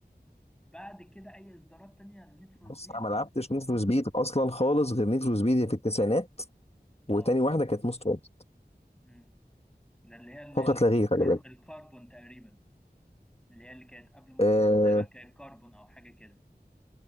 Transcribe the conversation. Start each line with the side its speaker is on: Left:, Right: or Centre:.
Centre: بعد كده اي اصدارات تانية نيد فور
Left: بص
Centre: سبيد
Left: انا ما
Centre: لا
Left: لعبتش نيد فور سبيد اصلا خالص
Centre: مم.
Left: غير نيد فور سبيد في التسعينات
Centre: اه
Left: وتاني واحده كانت موست وانتد
Centre: مم. ده اللي هي ال-
Left: فقط
Centre: ال-
Left: لا غير
Centre: الكار-
Left: خلي بالك
Centre: الكاربون تقريبا اللي هي اللي كانت قبل ماست
Left: آه
Centre: وانتد تقريبا كانت كاربون او حاجه كده